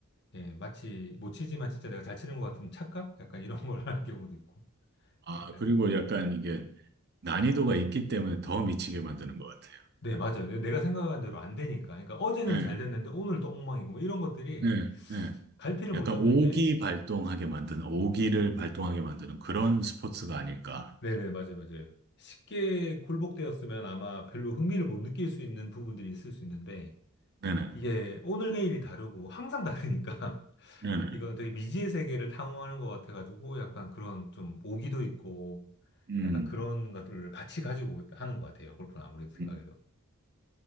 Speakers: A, on the left; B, on the right.
A: 예, 마치 못 치지만 진짜 내가 잘 치는 것 같은 착각? 약간 이런 걸 <laughs> 하는 경우도 있고.
B: 아,
A: 약간,
B: 그리고 약간 이게 난이도가 있기 때문에 더 미치게 만드는 것 같아요.
A: 네, 맞아요. 내가 생각한 대로 안 되니까. 그러니까 어제는
B: 예,
A: 잘 됐는데 오늘 또 엉망이고 뭐 이런 것들이
B: 예, 예.
A: 갈피를
B: 약간
A: 못 잡는
B: 오기
A: 게,
B: 발동하게 만드는, 오기를 발동하게 만드는 그런 스포츠가 아닐까.
A: 네네, 맞아요, 맞아요. 쉽게 굴복되었으면 아마 별로 흥미를 못 느낄 수 있는 부분들이 있을 수 있는데
B: 네네,
A: 이게 오늘 내일이 다르고 항상 다르니까 <laughs>
B: 네네.
A: 이건 되게 미지의 세계를 탐험하는 것 같아가지고 약간 그런 좀 오기도 있고
B: 음,
A: 약간 그런 것들을 같이 가지고 하는 것 같아요. 골프는 아무래도 생각해도.
B: 음,